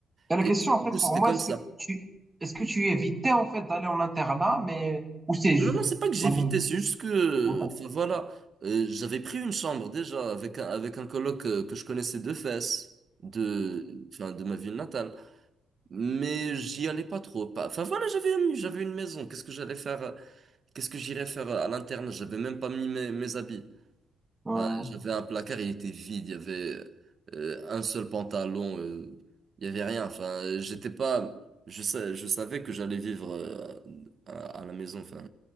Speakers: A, on the right (about 20°); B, on the right (about 45°).
A: Et la
B: Et
A: question, en
B: en
A: fait,
B: plus, c'était
A: pour moi,
B: comme
A: est-ce
B: ça.
A: que tu, est-ce que tu évitais, en fait, d'aller en internat, mais, ou c'est juste...
B: Non, non, c'est pas que j'évitais,
A: Ouais,
B: c'est juste que,
A: ouais,
B: enfin, voilà, Euh, j'avais pris une chambre déjà avec un, avec un coloc euh, que je connaissais de fesses, de, enfin, de ma ville natale. Mais j'y allais pas trop. Pas- Enfin, voilà, j'avais une, j'avais une maison. Qu'est-ce que j'allais faire, euh, qu'est-ce que j'irais faire euh, à l'interne? J'avais même pas mis mes, mes habits.
A: ouais,
B: Enfin, j'avais un placard, il était vide, il y avait euh, un seul pantalon, euh, il y avait rien. Enfin, j'étais pas, je sais, je savais que j'allais vivre euh, à, à la maison, enfin,